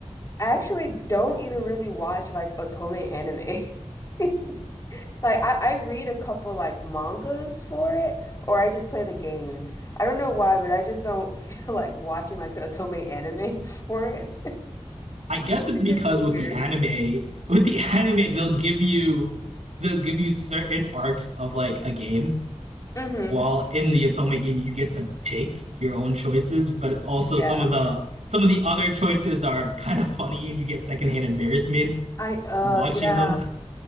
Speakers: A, on the left (about 30°); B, on the right (about 80°).
A: I actually don't even really watch like otome anime. <laughs> Like I, I read a couple like mangas for it, or I just play the games. I don't know why, but I just don't <laughs> feel like watching like the otome anime <laughs> for it.
B: I guess it's
A: Which
B: because
A: is
B: with
A: weird.
B: the anime with the <laughs> anime they'll give you they'll give you certain arcs of like a game
A: hmm
B: while in the Atome game you get to pick your own choices, but also
A: Yeah.
B: some of the some of the other choices are <laughs> kind of funny and you get secondhand embarrassment
A: I uh
B: watching
A: yeah.
B: them.